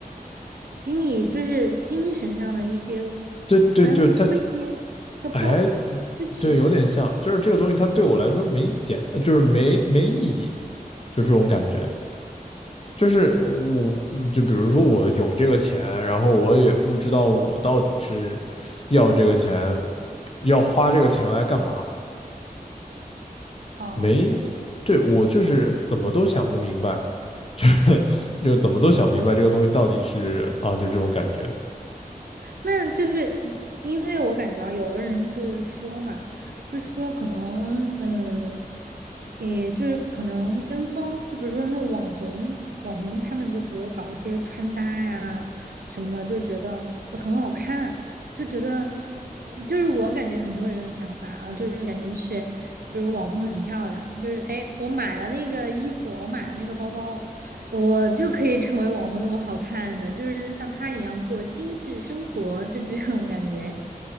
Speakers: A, on the right; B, on the left.
A: 给你就是精神上的一些
B: 对对对，
A: 安慰慰藉、
B: 它
A: support
B: 哎，
A: 支持。
B: 对，有点像，就是这个东西它对我来说没意见，呃就是没没意义，就这种感觉。就是我，嗯就比如说我有这个钱，然后我也不知道我到底是要这个钱，要花这个钱来干嘛？
A: 哦。
B: 没，对，我就是怎么都想不明白，<laughs> 就是就怎么都想不明白这个东西到底是啊，就这种感觉。
A: 那就是因为我感觉啊，有的人就是说嘛，就是说可能，嗯，也就是可能跟风，就比如说那种网红，网红他们就比如搞一些穿搭呀什么的，就觉得就很好看，就觉得，就是我感觉很多人的想法啊，就是感觉是，比如网红很漂亮，就是哎，我买了那个衣服，我买了那个包包。我就可以成为网红那么好看的，就是像他一样过精致生活，就这种感觉。